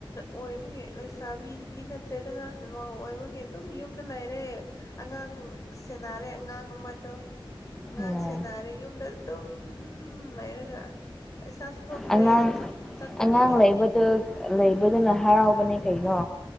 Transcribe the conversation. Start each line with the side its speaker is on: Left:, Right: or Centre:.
Left: ꯑꯣꯏꯕꯒꯤ ꯂꯩꯁꯥꯕꯤꯗꯤ ꯅꯠꯇ꯭ꯔꯦꯗꯅꯥ꯫ ꯃꯧ ꯑꯣꯏꯕꯒꯤ ꯑꯗꯨꯝ ꯌꯨꯝꯗ ꯂꯩꯔꯦ꯫ ꯑꯉꯥꯡ ꯁꯦꯟꯅꯔꯦ ꯑꯉꯥꯡ ꯑꯃꯗꯣ꯫ ꯑꯉꯥꯡ
Centre: ꯎꯝ
Left: ꯁꯦꯟꯅꯥꯔꯦ ꯌꯨꯝꯗ꯫ ꯇꯨꯝ꯫ ꯂꯩꯥꯔꯒ꯫ ꯄꯩꯁꯥꯁꯨ ꯊꯣꯛꯇ꯭ꯔꯦ
Centre: ꯑꯉꯥꯡ
Left: ꯆꯠꯇꯕꯒꯤ꯫
Centre: ꯑꯉꯥꯡ ꯂꯩꯕꯗꯨ ꯂꯩꯕꯗꯨꯅ ꯍꯔꯥꯎꯕꯅꯦ ꯀꯩꯅꯣ꯫